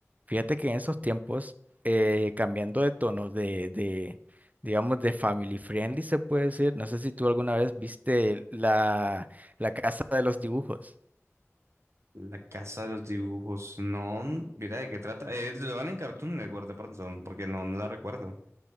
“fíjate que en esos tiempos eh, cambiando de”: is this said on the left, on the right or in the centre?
Right